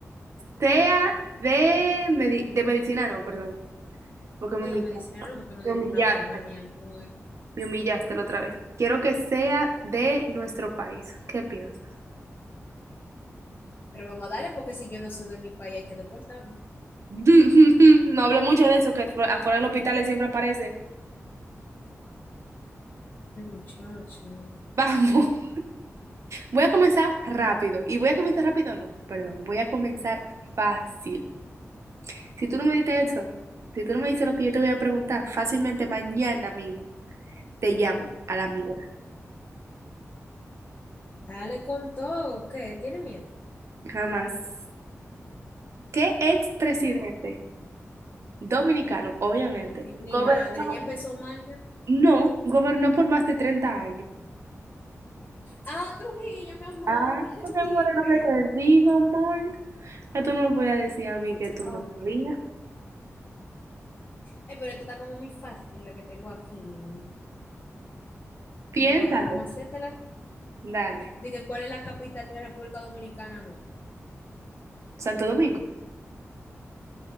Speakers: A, on the right; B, on the left.
A: sea de, medi- de medicina, no, perdón, porque me
B: No,
A: humillaste,
B: de medicina no, nosotros nos
A: me
B: dimos
A: humillaste,
B: una quema, mi amor.
A: me humillaste la otra vez. Quiero que sea de nuestro país. ¿Qué piensas?
B: Pero vamos a darle porque si yo no soy de mi país hay que deportarme.
A: <laughs> No hablé mucho de eso, que afu- afuera del hospital siempre aparecen.
B: Ay, muchacho.
A: <laughs> Vamos. Voy a comenzar rápido. Y voy a comenzar rápido, no, perdón. Voy a comenzar fácil. Si tú no me diste eso, si tú no me dices lo que yo te voy a preguntar, fácilmente mañana mismo te llamo a la mía.
B: Dale con todo. ¿Qué? ¿Tiene miedo?
A: Jamás. ¿Qué expresidente dominicano, obviamente,
B: Ay, mi
A: gobernó?
B: madre, ya empezó mal ya.
A: No, gobernó por más de 30 años.
B: Ah, Trujillo, mi amor,
A: Ah,
B: <laughs>
A: no te
B: dime.
A: mueres lo que te digo, amor. Ya tú no me podías decir a mí que tú
B: Ok.
A: no sabías.
B: Ay, pero esto está como muy fácil la que tengo aquí.
A: Piénsalo.
B: Bueno, vamos a hacértela.
A: Dale.
B: Dije, ¿cuál es la capital de la República Dominicana? No.
A: Santo Domingo.